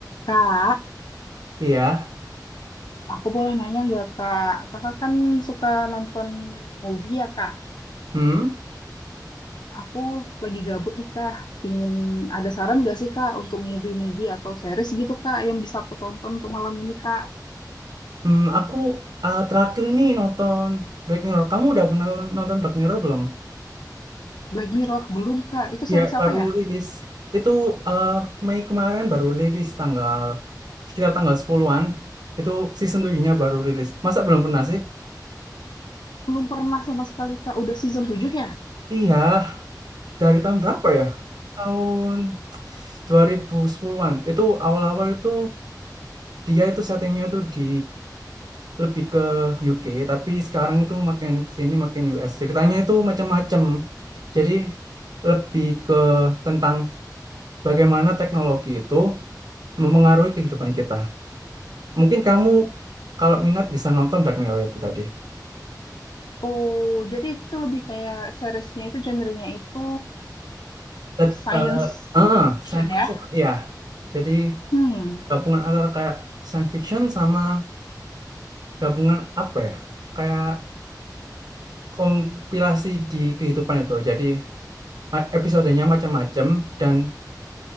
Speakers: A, on the left (about 80°); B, on the right (about 65°).
A: Kak,
B: Iya.
A: aku boleh nanya nggak Kak? Kakak kan suka nonton movie ya Kak?
B: Hmm.
A: Aku lagi gabut nih Kak. Pingin ada saran nggak sih Kak untuk movie-movie atau series gitu Kak yang bisa aku tonton untuk malam ini Kak?
B: Hmm, aku ah, terakhir ini nonton Black Mirror. Kamu udah pernah nonton Black Mirror belum?
A: Black Mirror belum Kak. Itu series
B: Ya, baru
A: apa ya?
B: rilis. Itu eh, Mei kemarin baru rilis tanggal sekitar tanggal sepuluhan. an Itu season 7-nya baru rilis. Masa belum pernah sih?
A: Belum pernah sama sekali Kak. Udah season tujuh ya?
B: Iya, dari tahun berapa ya? Tahun 2010-an. Itu awal-awal itu dia itu settingnya itu di lebih ke UK tapi sekarang itu makin kesini makin US ceritanya itu macam-macam jadi lebih ke tentang bagaimana teknologi itu mempengaruhi kehidupan kita mungkin kamu kalau minat bisa nonton Black Mirror itu tadi
A: Oh, jadi itu lebih kayak seriesnya itu genrenya itu
B: Eh,
A: science
B: eh, ah,
A: fiction
B: science
A: ya?
B: fiction ya jadi
A: Hmm.
B: gabungan antara kayak science fiction sama gabungan apa ya kayak kompilasi di kehidupan itu jadi eh, episodenya macam-macam dan